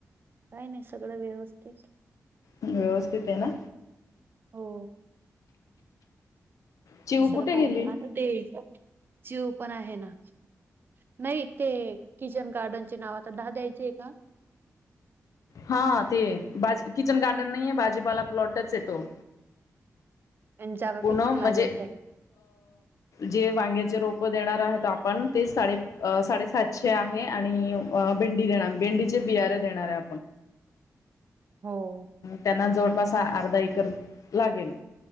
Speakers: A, on the right (about 40°); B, on the left (about 80°).
A: काय नाही सगळं व्यवस्थित.
B: व्यवस्थित आहे ना.
A: हो
B: चिऊ
A: दुसरं
B: कुठे
A: काही
B: गेली?
A: नाही आता ते चिव पण आहे ना! नाही ते किचन गार्डनचे नाव आता दहा द्यायचे आहे का?
B: हा! ते किचन गार्डन नाही आहे, भाजीपाला प्लॉटच आहे तो
A: आणि जागा
B: पूणम
A: कितीक लागेल
B: म्हणजे!
A: त्याला
B: जे वांग्याचे रोप देणार आहेत आपण ते साडे साडेसातशे आहे आणि अ भेंडी देणार भेंडीचे बियाारे देणार आहे.
A: हो
B: त्यांना जवळपास अर्धा एकर लागेल.